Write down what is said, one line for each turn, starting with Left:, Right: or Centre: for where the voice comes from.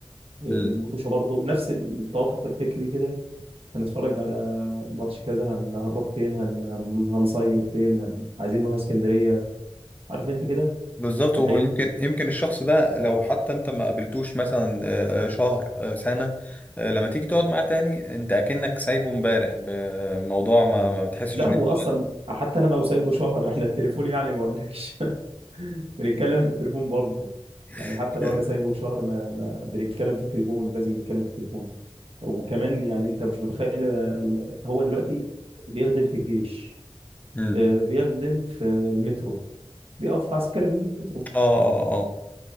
Right: آه، المطوشه
Left: مم.
Right: برضه نفس التوافق الفكري كده هنتفرج على ماتش كذا هن... هنروح فين هن... هن- هنصيف فين هن... عايزين نروح اسكندرية عارف انت كده
Left: بالظبط
Right: الحاجات
Left: ويمكن
Right: دي
Left: يمكن يمكن الشخص ده لو حتى انت ما قابلتوش مثلا آه، آه، شهر آه، سنة آه، لما تيجي تقعد معاه تاني انت اكنك سايبه امبارح بموضوع ما ما بتحسش
Right: لا
Left: ان
Right: هو
Left: انت
Right: اصلا حتى انا لو سايبه شهر احنا التليفون يعني ما اقولكش <laughs> بنتكلم في التليفون برضه يعني
Left: <laughs>
Right: حتى لو انا سايبه شهر ما, ما بنتكلم في التليفون لازم نتكلم في التليفون وكمان يعني انت مش متخيل ال- هو دلوقتي بيخدم في الجيش
Left: مم.
Right: آه، بيخدم في المترو بيقف عسكري في المترو
Left: اه اه اه